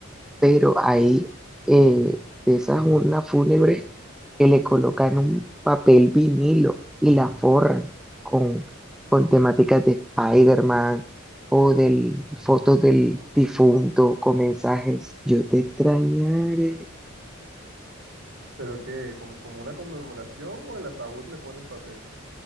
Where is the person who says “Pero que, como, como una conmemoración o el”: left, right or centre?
Right